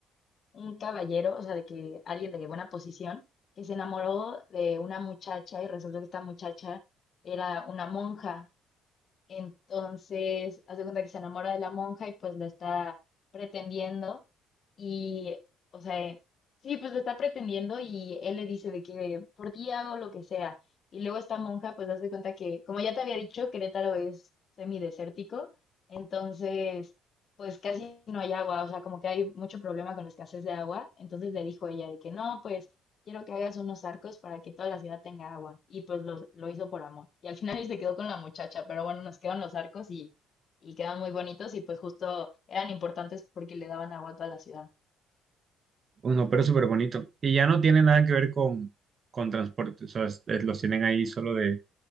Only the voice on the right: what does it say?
Uno, pero súper bonito. Y ya no tiene nada que ver con, con transporte, o sea, es- es- los tienen ahí solo de,